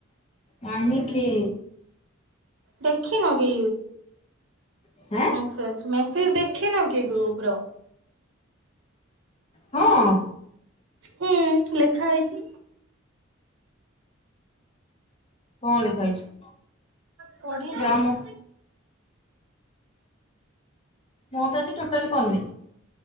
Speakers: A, on the left; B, on the right.
A: କହିଁକିି?
B: ଦେଖିନ କି?
A: ହେଁ?
B: ମେସେଜ୍ ମେସେଜ୍ ଦେଖିନ କି ଗ୍ରୁପ୍ ର?
A: ହଁ।
B: ହେଁ ଲେଖା ହେଇଛି।
A: କଣ ଲେଖା ହେଇଛି?
B: ପଢିନ
A: ଗ୍ରାମ
B: କି?
A: ମୁଁ ତ ଆଜି ଟୋଟାଲି କର ନି।